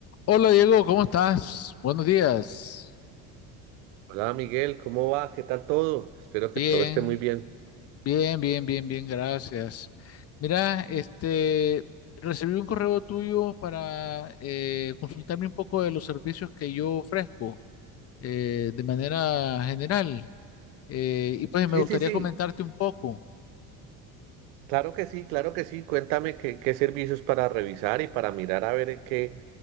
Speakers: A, on the left; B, on the right.
A: Hola Diego, ¿cómo estás? Buenos días.
B: Hola Miguel, ¿cómo vas? ¿Qué tal todo? Espero
A: Bien,
B: que todo esté muy bien.
A: bien, bien, bien, bien, gracias. Mira, este, recibí un correo tuyo para eh, consultarme un poco de los servicios que yo ofrezco eh, de manera general. Eh, y pues
B: Sí,
A: me gustaría
B: sí, sí,
A: comentarte un poco.
B: claro que sí, claro que sí. Cuéntame qué, qué servicios para revisar y para mirar a ver qué,